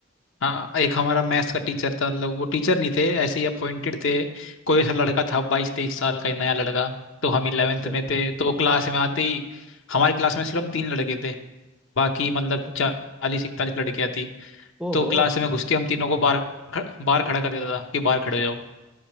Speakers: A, on the left; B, in the centre.
A: हाँ एक हमारा मैथ्स का टीचर था मतलब वो टीचर नहीं थे ऐसे ही अपॉइंटेड थे कोई ऐसा लड़का था बाईस तेईस साल का नया लड़का तो हम इलेवेंथ
B: अच्छा
A: में थे तो वो क्लास में आते ही हमारी क्लास
B: हम्म,
A: में सिर्फ हम तीन लड़के थे बाकी मतलब
B: अच्छा
A: चालीस इकतालीस लड़कियां थी
B: ओहो
A: तो क्लास में घुसते ही हम तीनों को बाहर ख- बाहर खड़ा कर देता था कि बाहर खड़े हो